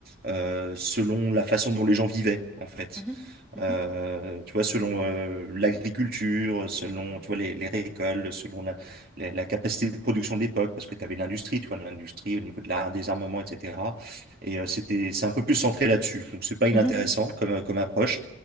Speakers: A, on the right; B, in the centre.
A: euh, selon la façon dont les gens vivaient, en fait
B: Mhm, mhm.
A: euh, tu vois, selon euh, l'agriculture, selon tu vois, les, les récoltes, selon la, la, la capacité de production de l'époque, parce que tu avais l'industrie, tu vois, l'industrie au niveau de la, des armements, etc. Et euh, c'était, c'est un peu plus centré là-dessus. Donc, c'est pas inintéressant
B: Mhm.
A: comme, euh, comme approche.